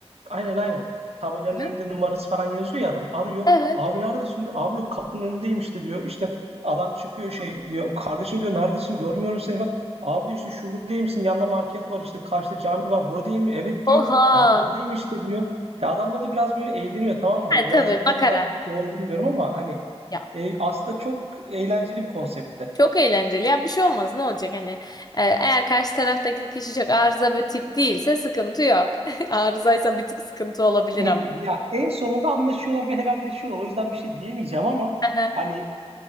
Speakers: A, on the right (about 65°); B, on the left (about 35°).
A: Aynen aynen. Tabelanın
B: Aha.
A: önünde numarası falan yazıyor ya adam. Arıyor.
B: Evet.
A: Abi neredesin diyor. Abi yok kapının önündeymiş de diyor. İşte adam çıkıyor şey diyor. Kardeşim diyor neredesin görmüyorum seni falan. Abi diyor işte şurada değil misin? Yanında market var işte karşıda cami var. Burada değil mi? Evet diyor.
B: Oha.
A: Abi buradayım işte diyor. Ya adamla da biraz böyle eğleniyor tamam mı? Hani
B: Ha, tabii
A: birazcık
B: makara.
A: ne kadar doğru bilmiyorum ama hani
B: Ya
A: e, aslında çok eğlenceli bir konseptte.
B: çok eğlenceli. Ya bir şey olmaz. Ne olacak hani? Ee, eğer karşı taraftaki kişi çok arıza bir tip değilse sıkıntı yok. <laughs> Arızaysa bir tık sıkıntı olabilir
A: <laughs>
B: ama.
A: Ya en sonunda anlaşıyorlar ve helalleşiyorlar. O yüzden bir şey diyemeyeceğim ama
B: Aha.
A: hani